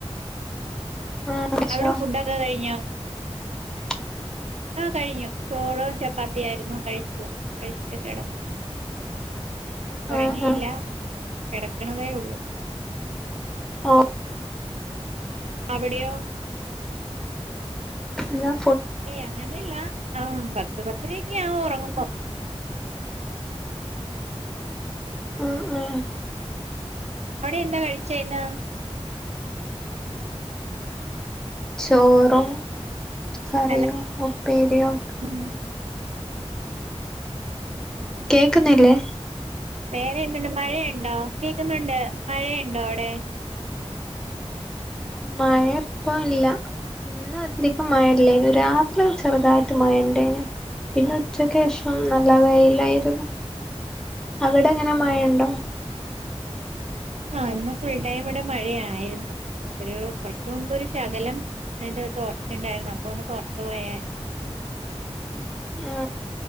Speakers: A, in the centre; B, on the right.
A: ആ ച്ചോ
B: അവിടെ ഫുഡൊക്കെ കഴിഞ്ഞോ
A: <inaudible>
B: ആഹ് കഴിഞ്ഞു ചോളവും ചപ്പാത്തിയായിരുന്നു കഴിച്ചു കഴിച്ചിട്ട് കെടന്നു
A: <inaudible>
B: ഒറങ്ങിയില്ല
A: ആ ആ
B: കെടക്കണതേ ഒള്ളൂ
A: ഓഹ്
B: അവിടെയോ
A: എന്ത
B: ഏയ് അങ്ങനെയല്ല ആ പ- ആ പത്തര ഒക്കെ ആവും ഉറങ്ങുമ്പോ
A: ആ ആ
B: അവിടെ എന്താ കഴിച്ചേ ഇന്ന്
A: ചോറും കറിയും
B: ഹലോ
A: ഉപ്പേരിയും
B: ഉം ആഹ്
A: കേക്കുന്നില്ലേ
B: വേറെ എന്തുണ്ട് മഴയുണ്ടോ കേക്കുന്നുണ്ട് മഴയുണ്ടോ അവിടെ
A: മഴ ഇപ്പം ഇല്ല ഇന്ന് അധികം മഴയില്ലേനു രാത്രി ചെറുതായിട്ട് മഴണ്ടേനു പിന്നെ ഉച്ചക്ക് ശേഷം നല്ല വെയിലായിരുന്നു അവിടെ എങ്ങനെ മഴ ഉണ്ടോ
B: ആ ഇന്ന്ഫുൾ ടൈം ഇവിടെ മഴയായിരുന്നു ഒരു കുറച്ചു മുമ്പ് ഒരു ശകലം ഇത് തോർച്ചയുണ്ടായിരുന്നു അപ്പൊ ഒന്ന് പുറത്ത് പോയായിരുന്നു
A: ആ